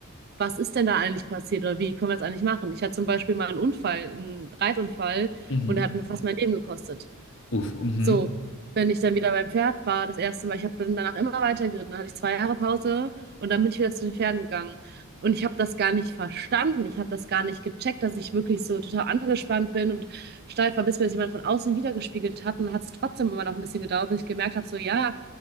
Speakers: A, on the right; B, on the left.
A: was ist denn da eigentlich passiert oder wie können wir das eigentlich machen? Ich hatte zum Beispiel mal einen Unfall, einen Reitunfall
B: Mhm.
A: und der hat mir fast mein Leben gekostet.
B: Uff, mhm.
A: So, wenn ich dann wieder beim Pferd war, das erste Mal, ich habe dann danach immer weiter geritten, dann hatte ich zwei Jahre Pause und dann bin ich wieder zu den Pferden gegangen. Und ich habe das gar nicht verstanden, ich habe das gar nicht gecheckt, dass ich wirklich so total angespannt bin und steif war, bis mir das jemand von außen wiedergespiegelt hat. Und hat es trotzdem immer noch ein bisschen gedauert, bis ich gemerkt habe, so ja,